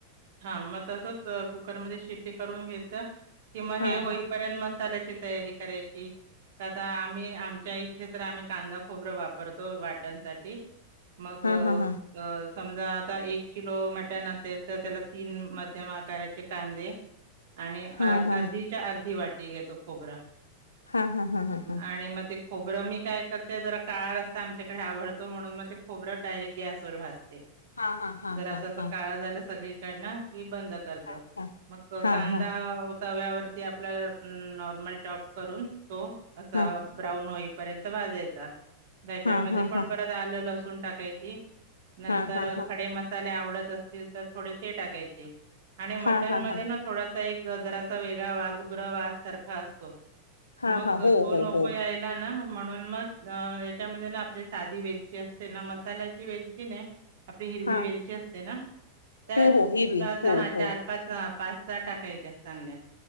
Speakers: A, on the right; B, on the left.
A: हा मग तसच कुकरमध्ये शिट्टी करून घेतच कि मग
B: हा
A: हे होईपर्यंत
B: हा
A: मस्त लाची तयारी करायची. का आता आम्ही आमच्या इथे तर आम्ही कांदा खोबरं वापरतो वाट्यांसाठी मग
B: हा
A: अ
B: हा हा
A: समजा आता एक किलो मटण अससेल तर त्याला तीन मध्यम आकाराचे कांदे आणि अर्धी
B: हा हा
A: च्या अर्धी वाटी घेतो खोबरा
B: हा हा हा हा हा.
A: आणि मग ते खोबरं मी काय करते जरा काळ रस्ता आमच्याकडे आवडतो म्हणून मग ते खोबरं डायरेक्ट गॅसवरर भासते.
B: हा हा हा
A: जर असं
B: हा
A: असं
B: हा.
A: काळ झालं सगळी कि बंद करत
B: हा
A: मग
B: हा
A: कांदा
B: हा
A: तव्यावरती आपल्या नॉर्मल टॉप करून तो असा
B: हा
A: ब्राऊन होईपर्यंत भाजायचा त्याच्यामध्ये
B: हा हा हा हा
A: पण
B: हा.
A: परत आलं लसण टाकायची. नंतर
B: हा हा
A: खडे मसाले आवडत असतील तर थोडे ते टाकायचे. आणि मटन
B: हा
A: मध्ये
B: हा
A: ना थोडासा एक गजराचा वेगळा वा उग्र वास सारखा असतो.
B: हा
A: मग
B: हा हो
A: तो
B: हो
A: नको
B: हो
A: यायला ना म्हणून मग याच्यामध्ये ना आपली साधी वेलची असते ना मसाल्याची वेलची नाही. आपली हिरवी
B: हा
A: वेलची असते ना त्या
B: हो हो हिरवी हो
A: हा
B: हो.
A: चार पाच पाच स टाकायच्या चांगल्या